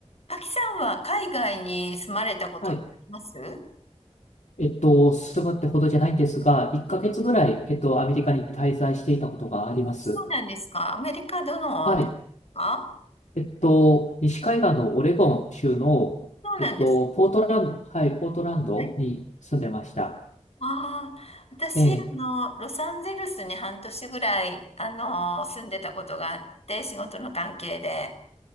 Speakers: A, on the left; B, on the left.
A: アキさんは海外に住まれたことってありますは
B: はい。えっと、住むってほどじゃないんですが、1ヶ月ぐらい、
A: い
B: えっと、アメリカに滞在していたことがあります。
A: そうなんですか。アメリカどのあたりですか
B: はい。えっと、西海岸のオレゴン州の、
A: そうなんです。
B: えっと、ポートランド、はい、ポートランドに住んでました。
A: はい。ああ、私、
B: ええ。
A: あの、ロサンゼルスに半年ぐらい、あの、住んでたことがあって、仕事の関係で。